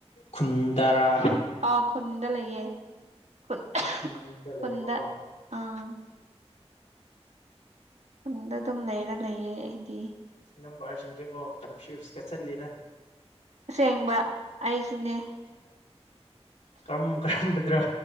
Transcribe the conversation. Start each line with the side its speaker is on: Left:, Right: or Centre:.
Left: ꯈꯨꯟꯗꯔꯥ ꯍꯥ
Right: ꯑ ꯈꯨꯟꯗ ꯂꯩꯌꯦ ꯈꯨꯟ
Left: ꯌꯨꯝꯗ
Right: ꯈꯨꯟꯗ
Left: ꯂꯩꯌꯦꯕꯀꯣ
Right: ꯑꯥ ꯈꯨꯟꯗ ꯑꯗꯨꯝ ꯂꯩꯔ ꯂꯩꯌꯦ ꯑꯩꯗꯤ
Left: ꯅꯝꯕꯤ ꯁꯤꯡꯁꯦ ꯒꯣ ꯀꯟꯐꯨꯢꯁꯒ ꯆꯠꯂꯤꯗ
Right: ꯑꯁꯦꯡꯕ ꯑꯩꯁꯨꯅꯦ
Left: ꯀꯔꯝ ꯀꯔꯝꯕꯗ꯭ꯔꯣ